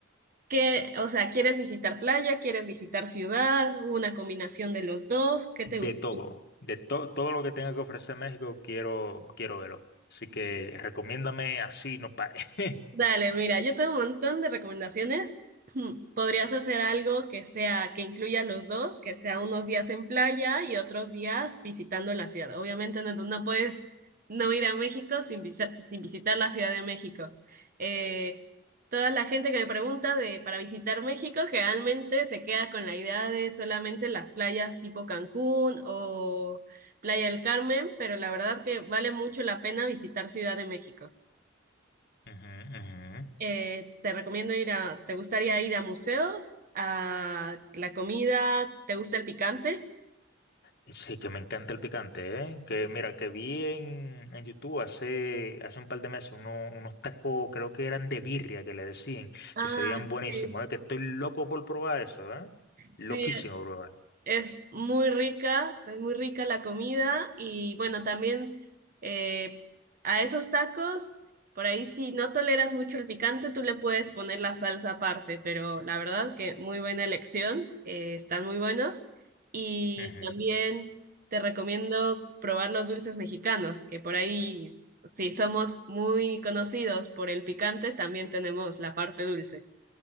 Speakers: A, on the right; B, on the left.
A: ¿qué, o sea, ¿quieres visitar playa? ¿Quieres visitar ciudad? ¿Una combinación de los dos? ¿Qué
B: de
A: te gusta?
B: todo, de to- todo lo que tenga que ofrecer México, quiero, quiero verlo. Así que recomiéndame así, no pare. <laughs>
A: Dale, mira, yo tengo un montón de recomendaciones. <clears throat> Podrías hacer algo que sea, que incluya los dos, que sea unos días en playa y otros días visitando la ciudad. Obviamente no, no puedes no ir a México sin, visa- sin visitar la Ciudad de México. Eh, toda la gente que me pregunta de para visitar México generalmente se queda con la idea de solamente las playas tipo Cancún o Playa del Carmen, pero la verdad que vale mucho la pena visitar Ciudad de México.
B: Ujú, ujú.
A: Eh, te recomiendo ir a, ¿te gustaría ir a museos? ¿A la comida? ¿Te gusta el picante?
B: Y Sí, que me encanta el picante, ¿eh? Que mira, que vi en, en YouTube hace, hace un par de meses uno- unos tacos, creo que eran de birria, que le decían,
A: Ah,
B: que se veían buenísimos,
A: sí.
B: ¿eh? Que estoy loco por probar eso, ¿eh? Loquísimo
A: Sí,
B: probar.
A: Es muy rica, o sea, es muy rica la comida y bueno, también eh, a esos tacos, por ahí si no toleras mucho el picante, tú le puedes poner la salsa aparte, pero la verdad que muy buena elección, eh, están muy buenos y
B: Ujú.
A: también te recomiendo probar los dulces mexicanos, que por ahí si somos muy conocidos por el picante, también tenemos la parte dulce.